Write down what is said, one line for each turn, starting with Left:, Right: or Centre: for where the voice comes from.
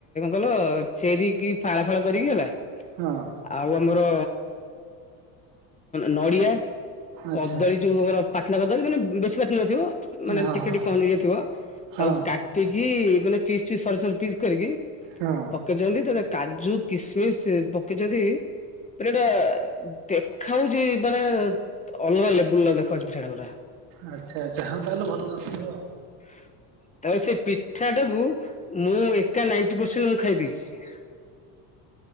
Left: ଭଲ ଚେରି କି ଫାଳ ଫାଳ କରିକି ହେଲା।
Right: ହଁ
Left: ଆଉ ଆମର ନଡ଼ିଆ
Right: ଆଚ୍ଛା
Left: କଦଳୀ ଯୋଉ ଆମର ପାଚିଲା କଦଳୀ ମାନେ ବେଶୀ ପାଚି ନଥିବ। ମାନେ
Right: ହଁ
Left: ଟିକେ
Right: ହଁ।
Left: ଟିକେ କଞ୍ଚା ଥିବ
Right: ହଁ
Left: ତାକୁ କାଟିକି ମାନେ ପିସ୍ ପିସ୍ ସରୁ ସରୁ ପିସ୍ କରିକି
Right: ହଁ।
Left: ପକେଇଛନ୍ତି ସେଥିରେ କାଜୁ, କିସମିସ୍ ପକେଇଛନ୍ତି। ପେଢା ଦେଖାଉଛି ମାନେ ଅଲଗା ଲେବୁଲ ଦେଖାଉଛି ପିଠା ଟା ପୁରା।
Right: ଆଚ୍ଛା ଆଚ୍ଛା ହଁ ତାହେଲେ ଭଲ ଲାଗୁଥିବ।
Left: ହ ତାପରେ ସେ ପିଠାଟାକୁ ମୁଁ ଏକା ନାଇଟି ପରସେଣ୍ଟ ମୁଁ ଖାଇ ଦେଇେଇଛି।